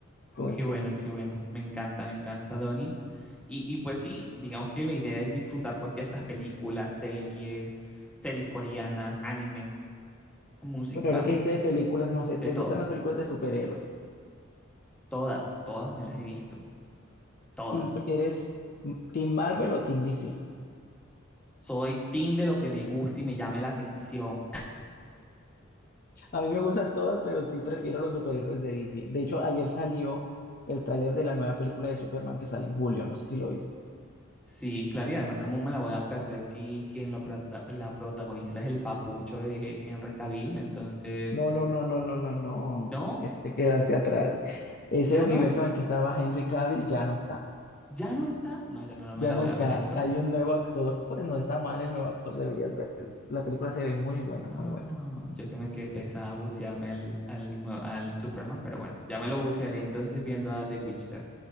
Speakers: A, on the left (about 45°); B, in the centre.
A: con
B: Qué
A: el tiempo.
B: bueno, qué bueno. Me encanta, me encanta, Donis. Y, y pues sí, digamos que la idea es disfrutar cualquiera de estas películas, series, series coreanas, animes, música,
A: Bueno, ahora que dice de películas, no sé, ¿te
B: de todo.
A: gustan las películas de superhéroes?
B: Todas, todas me las he visto, todas.
A: ¿Y eres mm, Team Marvel o Team DC?
B: Soy team de lo que me gusta y me llame la atención.
A: A mí me gustan todas, pero sí prefiero los superhéroes de DC. De hecho, ayer salió el tráiler de la nueva película de Superman que sale en julio. No sé si lo viste.
B: Sí, claro, y además, ¿cómo me la voy a perder si quien lo prota- la protagoniza es el papucho de Henry Cavill? Entonces,
A: No, no, no, no, no, no, no.
B: no,
A: Eh, Te quedaste atrás. Ese
B: ya
A: universo
B: no,
A: en el que estaba Henry Cavill ya no está.
B: ya no está. No, ya no, no
A: Ya
B: me la
A: no
B: voy
A: está.
B: a ver entonces.
A: Hay un nuevo actor. Pues no está mal el nuevo actor, deberías vértela. La película se ve muy buena,
B: No,
A: muy buena.
B: yo que me quedé pensaba bucearme al, al, nue- al Superman, pero bueno, ya me lo bucearé entonces viendo a The Witcher.